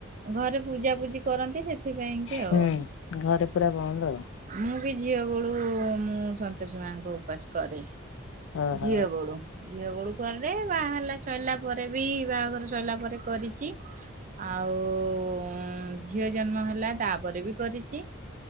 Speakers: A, on the right (about 40°); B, on the left (about 75°).
A: ଘରେ ପୂଜାପୂଜି କରନ୍ତି ସେଥିପାଇଁ କି
B: ହୁଁ
A: ଆଉ।
B: ଘରେ ପୁରା ବନ୍ଦ ଆଉ।
A: ମୁଁ ବି ଝିଅ ବୋଳୁ ମୁଁ ସନ୍ତୋଷୀ ମାଙ୍କ ଉପାସ କରେ।
B: ଓହୋ
A: ଝିଅ ବେଳୁ। ଝିଅ ବେଳୁ କରେ। ବାହା ହେଲା ସଇଲା ପରେ ବି ବାହାଘର ସଇଲା ପରେ କରିଚି। ଆଉ ଉଁ ଝିଅ ଜନ୍ମ ହେଲା ତାପରେ ବି କରିଛି।